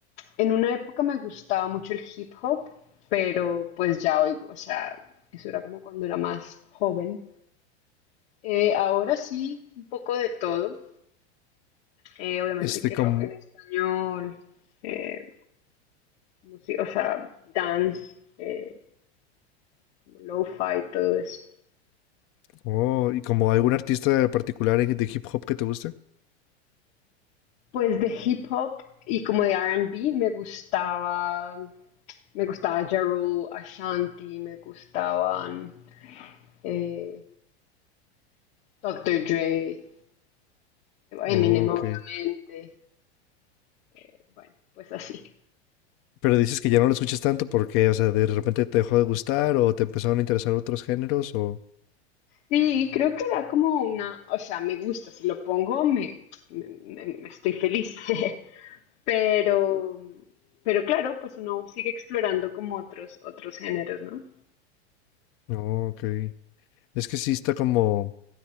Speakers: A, on the left; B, on the left.
A: en una época me gustaba mucho el hip hop, pero pues ya oigo, o sea, eso era como cuando era más joven. Eh, ahora sí, un poco de todo. Eh, obviamente
B: Este
A: que
B: como,
A: rock en español, eh, música, o sea, dance, eh, como lo-fi, todo eso.
B: oh, y como algún artista particular en- de hip hop que te guste.
A: Pues de hip hop y como de R&B me gustaba, me gustaba Ja Rule, Ashanti, me gustaban eh, Dr. Dre, eh,
B: Oh,
A: Eminem
B: ok.
A: obviamente, eh, bueno, pues así.
B: Pero dices que ya no lo escuchas tanto porque, o sea, de repente te dejó de gustar o te empezaron a interesar otros géneros o...
A: Sí, creo que da como una, o sea, me gusta, si lo pongo me, me- me- me estoy feliz, <laughs> pero, pero claro, pues uno sigue explorando como otros, otros géneros, ¿no?
B: No, ok. Es que sí está como,